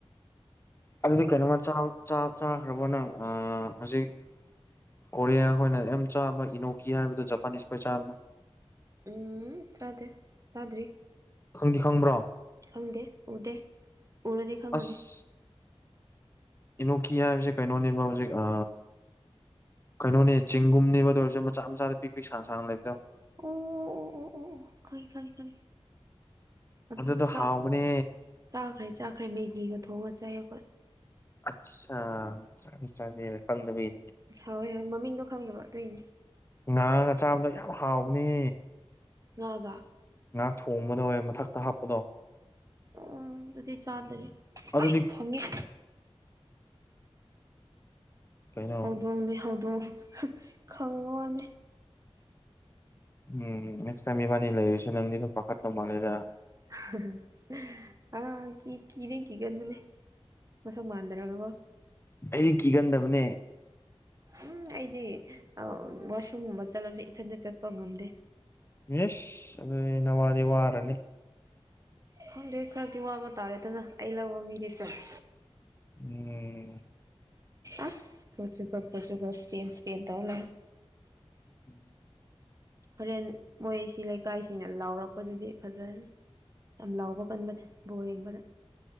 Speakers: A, on the left; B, on the right.
A: ꯑꯗꯨꯗꯤ ꯀꯩꯅꯣꯝꯃ ꯆꯥ ꯆꯥ ꯆꯥꯈ꯭ꯔꯕꯣ ꯅꯪ ꯑꯥ ꯍꯧꯖꯤꯛ ꯀꯣꯔꯤꯌꯥ ꯈꯣꯏꯅ ꯌꯥꯝ ꯆꯥꯕ ꯏꯅꯣꯀꯤ ꯍꯥꯏꯕꯗꯣ ꯖꯄꯥꯅꯤꯁ ꯈꯣꯏ ꯆꯥꯕꯗꯣ
B: ꯎꯝ ꯆꯥꯗꯦ ꯆꯥꯗ꯭ꯔꯤ
A: ꯈꯪꯗꯤ ꯈꯪꯕ꯭ꯔꯣ
B: ꯈꯪꯗꯦ ꯎꯗꯦ ꯎꯔꯗꯤ ꯈꯪꯒꯅꯤ
A: ꯑꯁ ꯏꯅꯣꯀꯤ ꯍꯥꯏꯕꯁꯦ ꯀꯩꯅꯣꯅꯦꯕ ꯍꯧꯖꯤꯛ ꯑ ꯀꯩꯅꯣꯅꯦ ꯆꯤꯡꯒꯨꯝꯅꯦꯕ ꯑꯗꯨ ꯑꯣꯏꯔꯁꯨ ꯃꯆꯥ ꯃꯆꯥꯗ ꯄꯤꯛ ꯄꯤꯛ ꯁꯥꯡ ꯁꯥꯡꯅ ꯂꯩꯕꯗꯣ
B: ꯑꯣ ꯑꯣ ꯑꯣ ꯑꯣ ꯑꯣ ꯑꯣ ꯈꯪꯉꯦ ꯈꯪꯉꯦ ꯈꯪꯉꯦ ꯑꯗꯨ
A: ꯑꯗꯨꯗꯣ
B: ꯆꯥ
A: ꯍꯥꯎꯕꯅꯦ
B: ꯆꯥꯈ꯭ꯔꯦ ꯆꯥꯈ꯭ꯔꯦ ꯃꯦꯒꯤꯒ ꯊꯣꯡꯉꯥ ꯆꯥꯏ ꯑꯩꯈꯣꯏ
A: ꯑꯠꯁꯥ ꯆꯥꯗꯦ ꯆꯥꯗꯦ ꯍꯥꯏꯔ ꯈꯪꯗꯕꯒꯤ
B: ꯍꯥꯎꯑꯦ ꯃꯃꯤꯡꯗꯣ ꯈꯪꯗꯕ ꯑꯗꯨꯏꯅꯤ
A: ꯉꯥꯒ ꯆꯥꯕꯗꯣ ꯌꯥꯝ ꯍꯥꯎꯕꯅꯦ
B: ꯉꯥꯒ
A: ꯉꯥ ꯊꯣꯡꯕꯗꯣ ꯍꯣꯏ ꯃꯊꯛꯇ ꯍꯥꯞꯄꯗꯣ
B: ꯎꯝ ꯑꯗꯨꯗꯤ ꯆꯥꯗ꯭ꯔꯤ
A: ꯑꯗꯨꯗꯤ
B: ꯑꯣꯢ ꯈꯪꯉꯦ
A: ꯀꯩꯅꯣ
B: ꯍꯧꯗꯣꯡꯅꯦ ꯍꯧꯗꯣꯡ ꯈꯪꯕ ꯋꯥꯅꯦ
A: ꯎꯝ ꯅꯦꯛꯁ ꯇꯥꯏꯝ ꯏꯕꯅꯤ ꯂꯩꯔꯁꯨ ꯅꯪꯗꯤ ꯑꯗꯨꯝ ꯐꯥꯈꯠꯄ ꯃꯥꯜꯂꯦꯗ
B: <unintelligible> ꯀꯤ ꯀꯤꯗꯤ ꯀꯤꯒꯟꯕꯅꯦ ꯃꯁꯛ ꯃꯥꯟꯗ꯭ꯔꯒ ꯀꯣ
A: ꯑꯩꯗꯤ ꯀꯤꯒꯟꯗꯕꯅꯦ
B: ꯎꯝ ꯑꯩꯗꯤ ꯑ ꯋꯥꯁꯔꯨꯝꯒꯨꯝꯕ ꯆꯠꯂꯁꯨ ꯏꯊꯟꯗ ꯆꯥꯠꯄ ꯉꯝꯗꯦ
A: ꯏꯁ ꯑꯗꯨꯗꯤ ꯅꯪ ꯋꯥꯗꯤ ꯋꯥꯔꯅꯤ
B: ꯈꯪꯗꯦ ꯈꯔꯗꯤ ꯋꯥꯕ ꯇꯥꯔꯦꯗꯅ ꯑꯩ ꯂꯧꯕ ꯃꯤꯗꯤꯁꯦꯁ
A: ꯎꯝ
B: ꯑꯁ ꯄꯣꯖꯨꯒ ꯄꯣꯖꯨꯒ ꯁꯄꯦꯟ ꯁꯄꯦꯟ ꯇꯧ ꯂꯩꯔꯦ
A: <inaudible>
B: ꯍꯣꯔꯦꯟ ꯃꯣꯏꯁꯤ ꯂꯩꯀꯥꯏꯁꯤꯡꯅ ꯂꯥꯎꯔꯛꯄꯗꯨꯗꯤ ꯐꯖꯔꯅꯤ ꯌꯥꯝ ꯂꯥꯎꯕ ꯀꯟꯕꯅꯦ ꯕꯣꯜ ꯌꯦꯡꯕꯗ